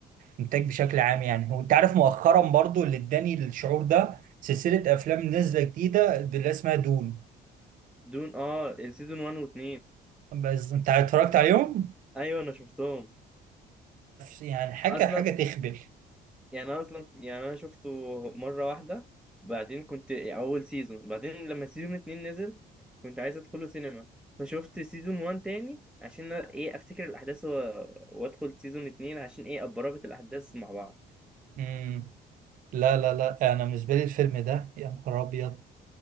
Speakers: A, on the right (about 55°); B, in the centre.
A: انتاج بشكل عام يعني وانت عارف مؤخرا برضو اللي اداني الشعور ده سلسلة افلام نازلة جديدة اللي اسمها دون
B: دون اه السيزون 1 و2
A: بس انت اتفرجت عليهم
B: ايوه انا شفتهم
A: يعني حاجة
B: اصلا
A: حاجة تخبل
B: يعني انا اصلا يعني انا شفته مره واحده بعدين كنت اول سيزون بعدين لما سيزون اتنين نزل كنت عايز ادخله سينما فشفت سيزون وان تاني عشان ايه افتكر الاحداث و- وادخل سيزون اتنين عشان ايه اتربط الاحداث مع بعض
A: امم لا لا لا انا بالنسبة لي الفيلم ده يا نهار ابيض